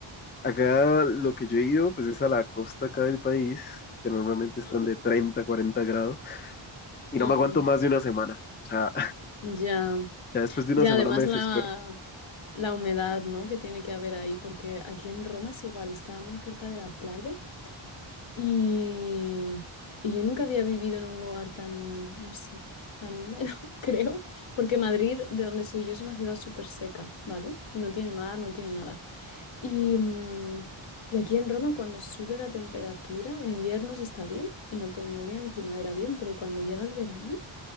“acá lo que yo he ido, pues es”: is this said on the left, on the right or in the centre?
Left